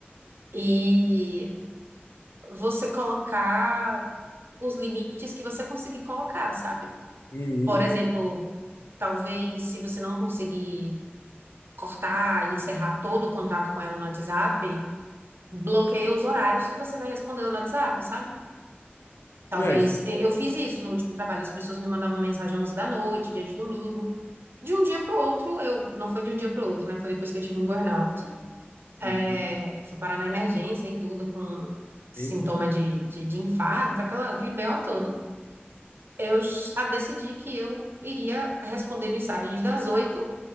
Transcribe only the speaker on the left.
Uhum.
Não é isso.
Uhum.
Eita.